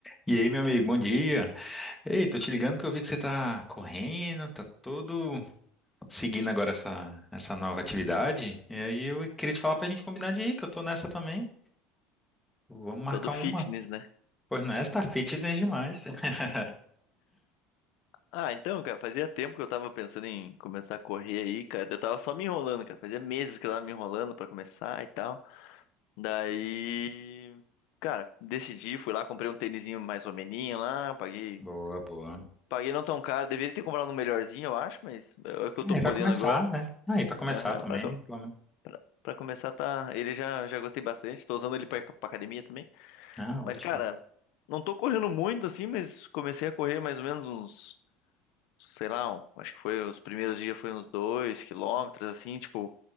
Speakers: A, in the centre; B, on the left.
A: E aí, meu amigo, bom dia. Ei, tô te ligando que eu vi que você tá correndo, tá todo seguindo agora essa, essa nova atividade. E aí eu queria te falar pra gente combinar de ir, que eu tô nessa também. Vamos marcar
B: Todo fitness,
A: uma.
B: né?
A: Pois não, essa tá fitness demais. <laughs>
B: Ah, então, cara, fazia tempo que eu tava pensando em começar a correr aí, cara. Eu tava só me enrolando, cara. Fazia meses que eu tava me enrolando pra começar e tal. Daí, cara, decidi, fui lá, comprei um tênisinho mais ou meninho lá, paguei.
A: Boa, boa.
B: Paguei não tão caro. Deveria ter comprado um melhorzinho, eu acho, mas é o que eu
A: Aí
B: tô podendo
A: vai começar,
B: agora.
A: né? Aí pra começar
B: Aham,
A: também,
B: pra, co-
A: pelo menos.
B: pra, pra começar, tá. Ele já, já gostei bastante. Tô usando ele pra, pra academia também.
A: Ah, ótimo.
B: Mas, cara, não tô correndo muito assim, mas comecei a correr mais ou menos uns. sei lá, um- acho que foi os primeiros dias foi uns dois quilômetros, assim, tipo,